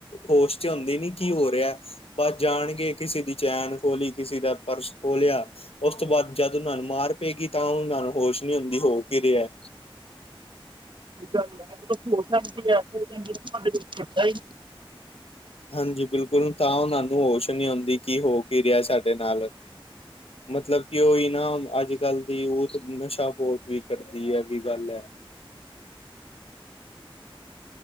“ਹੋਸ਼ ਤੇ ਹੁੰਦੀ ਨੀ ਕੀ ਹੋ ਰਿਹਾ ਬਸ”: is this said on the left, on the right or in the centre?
Left